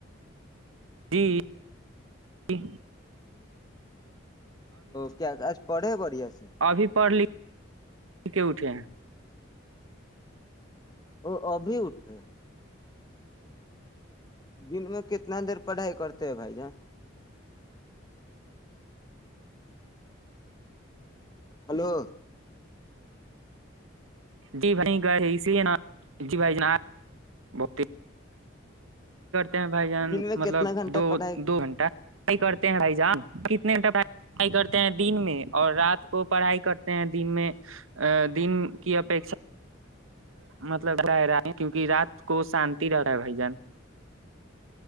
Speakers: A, on the right; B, on the left.
A: جی جی
B: تو کیا آج پڑھے بڑھیا سے
A: ابھی پڑھ لکھ کے اٹھے ہیں
B: وہ ابھی اٹھے دن میں کتنا دیر پڑھائی کرتے ہیں بھائی جان ہلو
A: جی بھائی اس لیے نا جی بھائی ب ہیں بھائی جان
B: دن میں
A: مطلب
B: کتنا گھنٹہ
A: دو
B: پڑھائی
A: دو گھنٹہ پڑھائی کرتے ہیں بھائی جان کتنےٹ پڑھائی کرتے ہیں دن میں اور رات کو پڑھائی کرتے ہیں دن میں دن کی اپیکشا مطلب رہا کیونکہ رات کو شانتی رہ رہا ہے بھائی جان